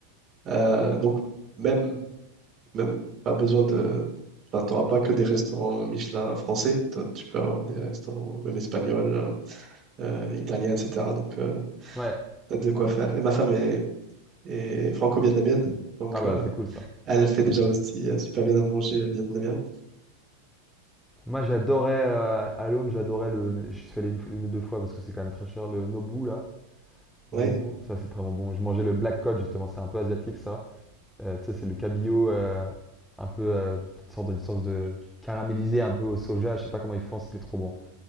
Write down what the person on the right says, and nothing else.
Euh, donc, même, même pas besoin de. Enfin, tu n'auras pas que des restaurants Michelin français. T'as- Tu peux avoir des restaurants même espagnols, euh, italiens, etc. Donc, euh,
t'as de quoi faire. Et ma femme est, est franco-vietnamienne. Donc,
euh,
elle fait déjà aussi euh, super bien à manger euh, vietnamien.
Ouais.